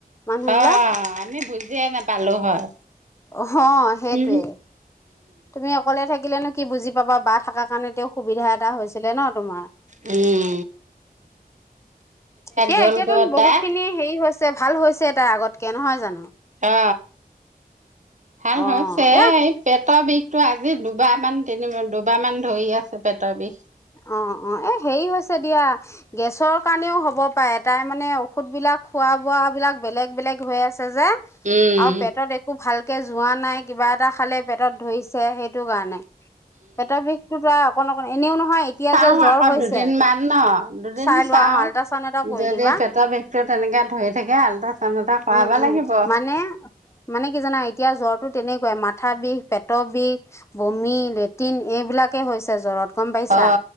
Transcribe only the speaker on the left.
মানুহ বিলাক
হ সেইটোৱে।
তুমি অকলে থাকিলেনো কি বুজি পাবা বা থাকাৰ কাৰণে তেওঁ সুবিধা এটা হৈছিলে ন তোমাৰ।
এতিয়া
এতিয়াতোন
বহুতখিনি হেৰি হৈছে ভাল হৈছে তাই আগতকে নহয় জানো?
অ
এয়া
অ অ এই হেৰি হৈছে দিয়া গেছৰ কাৰণেও হ'ব পাৰে তাই মানে ঔষধবিলাক খোৱা বোৱাবিলাক বেলেগ বেলেগ হৈ আছে যে।
আৰু পেটত একো ভালকে যোৱা নাই কিবা এটা খালে পেটত ধৰিছে সেইটো কাৰণে। পেটৰ বিষটোটো আ অকন অকন এনেও নহয় এতিয়া
যে জ্বৰ
হৈছে
চাই লোৱা
অঁ আল্ট্ৰাচাউণ্ড এটা কৰি
দিবা
উম উম
মানে মানে কি জানা এতিয়া জ্বৰতো তেনেকুৱাই মাথা বিষ পেটৰ বিষ, বমি, লেট্ৰিন এইবিলাকেই হৈছে জ্বৰত গম পাইছা?